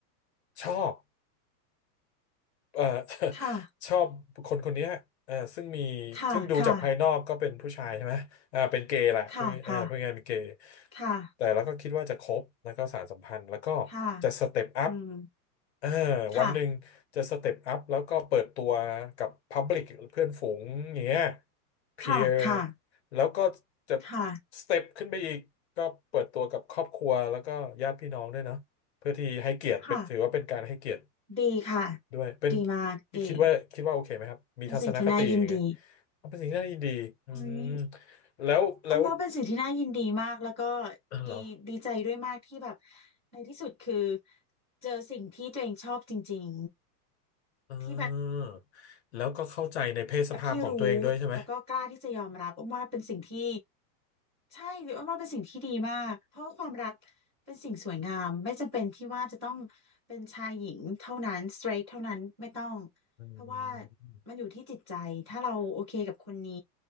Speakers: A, on the left; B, on the right.
A: ชอบ เอ่อ
B: ค่ะ
A: <laughs> ชอบคนคนเนี้ยเอ่อซึ่งมี
B: ค่ะค่ะ
A: ซึ่งดูจากภายนอกก็เป็นผู้ชายใช่ไหมอ่าเป็นเกย์แหละพูดเอ่อพูดง่ายๆเป็นเกย์
B: ค่ะค่ะค่ะ
A: แต่แล้วก็คิดว่าจะคบแล้วก็สานสัมพันธ์แล้วก็
B: ค่ะ
A: จะสเต็ปอัพ
B: อืม
A: เออ
B: ค่ะ
A: วันหนึ่งจะสเต็ปอัพแล้วก็เปิดตัวกับพับลิกเพื่อนฝูงอย่างเงี้ยเพียร์
B: ค่ะค่ะ
A: แล้วก็จะ
B: ค่ะ
A: สเต็ปขึ้นไปอีกก็เปิดตัวกับครอบครัวแล้วก็ญาติพี่น้องด้วยเนาะเพื่อที่ให้เกียรติเป็นถือว่าเป็นการให้เกียรติ
B: ค่ะดีค่ะ
A: ด้วยเป็น
B: ดีมากดี
A: ที่คิดว่าคิดว่าโอเคไหมครับมีทัศนคติยังไง
B: เป็นสิ่งที่น่ายินดี
A: เอาเป็นสิ่งที่น่ายินดีอืม
B: เฮ้ย
A: แล้วแล้ว
B: อ้นว่าเป็นสิ่งที่น่ายินดีมาก แล้วก็
A: เออเหรอ
B: ดีดีใจด้วยมากที่แบบในที่สุดคือเจอสิ่งที่ตัวเองชอบจริงๆที่แบบ
A: เออแล้วก็เข้าใจในเพศสภาพของตัวเองด้วยใช่ไหม
B: แบบที่รู้แล้วก็กล้าที่จะยอมรับอ้อมว่าเป็นสิ่งที่ใช่อ้อมว่าเป็นสิ่งที่ดีมากเพราะว่าความรักเป็นสิ่งสวยงามไม่จำเป็นที่ว่าจะต้องเป็นชายหญิงเท่านั้น straight เท่านั้นไม่ต้อง
A: อืม
B: เพราะว่ามันอยู่ที่จิตใจถ้าเราโอเคกับคนนี้